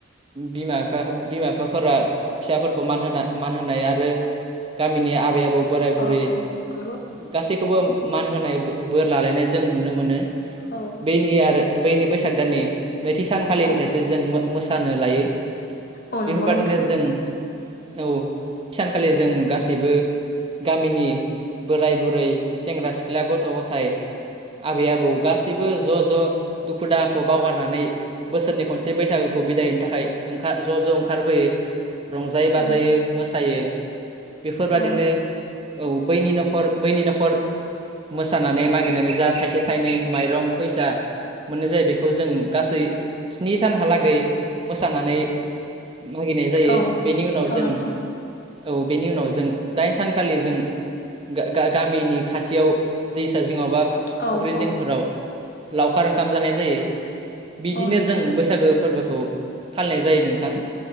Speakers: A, on the right; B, on the left.
A: बिमाफा बिमा बिफाफोरा फिसाफोरखौ मान होना मान होनाय आरो गामिनि आबै आबौ बोराय
B: औ
A: बुरै
B: औ नंगौ
A: गासै खौबो मान होनाय बोर लालायनाय जों नुनो मोनो
B: औ
A: बेनि आरो बैनि बैसाग दाननि नैथि सानखालिनिफ्रायसो
B: औ
A: जों मोसानो लायो।
B: औ
A: बेफोरबादिनो
B: नंगौ नोंथां।
A: जों औ सानखालि जों गासैबो गामिनि बोराय बुरै सेंग्रा सिख्ला गथ' गथाय आबै आबौ गासैबो ज' ज' दुखु दाहाखौ बावगारनानै बोसोरनि खनसे बैसागोखौ बिदायहैनो थाखाय ओंखार ज' ज' ओंखारबोयो रंजायो बाजायो
B: औ
A: मोसायो। बेफोरबादिनो
B: औ
A: औ बैनि न'खर बैनि न'खर मोसानानै मागिरनानै जा थाइसे थाइनै माइरं फैसा मोननाय जायो बेखौ जों गासै स्नि सानहालागै मोसानानै मागिनाय जायो
B: औ
A: बेनि उनाव
B: औ
A: जों
B: नोंथां
A: औ बेनि उनाव जों दाइन सानखालि जों गा-गा-गामिनि खाथियाव दैसा जिङाव बा फु-फुख्रि
B: औ औ
A: जिंफोराव लावखार ओंखाम जानाय जायो बिदिनो
B: औ नोंथां
A: जों बैसागो फोरबोखौ फालिनाय जायो नोंथां